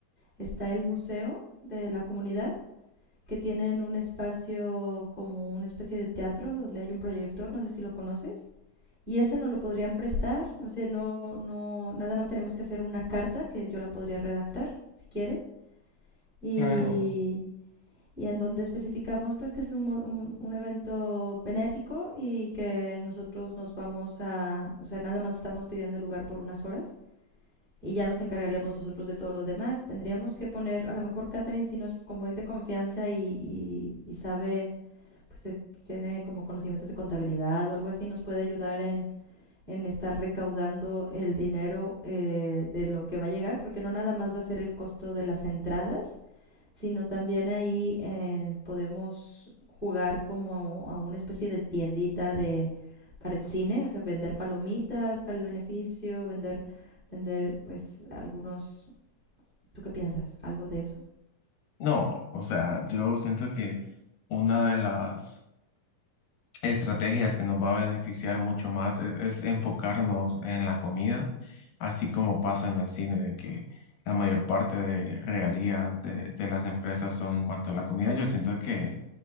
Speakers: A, in the centre; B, on the left (about 80°).
A: está el museo de la comunidad, que tienen un espacio como una especie de teatro donde hay un proyector, no sé si lo conoces. Y ese no lo podrían prestar, o sea, no, no, nada más tenemos que hacer una carta que yo la podría redactar, si quieren. Y
B: Claro.
A: y en donde especificamos pues que es un, mo- un- un evento benéfico y que nosotros nos vamos a, o sea, nada más estamos pidiendo el lugar por unas horas y ya nos encargaríamos nosotros de todo lo demás. Tendríamos que poner, a lo mejor Catherine, si nos, como es de confianza y, y- y sabe, pues es- tiene como conocimientos de contabilidad o algo así, nos puede ayudar en, en estar recaudando el dinero eh, de lo que va a llegar, porque no nada más va a ser el costo de las entradas, sino también ahí eh, podemos jugar como a, una especie de tiendita de para el cine, o sea, vender palomitas para el beneficio, vender vender pues algunos, ¿tú qué piensas? ¿Algo de eso?
B: No, o sea, yo siento que una de las estrategias que nos va a beneficiar mucho más es, es enfocarnos en la comida, así como pasa en el cine, de que la mayor parte de regalías de, de las empresas son en cuanto a la comida. Yo siento que